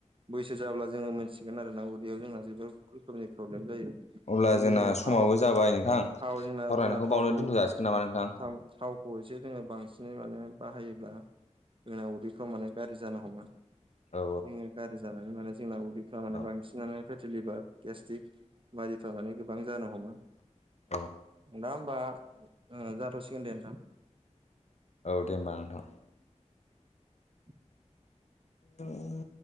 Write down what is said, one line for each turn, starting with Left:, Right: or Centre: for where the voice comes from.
Right: बैसो जाब्ला जोंङो मोनसिगोन आरो ना उदैयाव जोंना जबोद रोखोमनि प्रब्लेम जायो। बिदिनो
Left: अब्ला जोंना
Right: जोंङो
Left: समाबो
Right: थाव
Left: जाबाय नोंथां
Right: थाव जोंना
Left: सावरायनायखौ
Right: जोंना थावखौ
Left: बावनो दोनथ' जासिगोन नामा नोंथां?
Right: थाम थाव अबयसे जोंङो बांसिनै माने बाहायोब्ला जोंना उदैफ्राव माने गाज्रि जानो हमो।
Left: औ
Right: जोंङो गाज्रि जानानै माने जोंना उदैफ्रा माने
Left: औ
Right: बांसिनानो पेटिलिभार गेस्ट्रिक बायारिफ्रा माने गोबां जानो हमो।
Left: औ
Right: दा होमबा ओ जाथ'सिगोन दे नोंथां।
Left: औ दे होमबा नोंथां
Right: <inaudible>
Left: ओ उम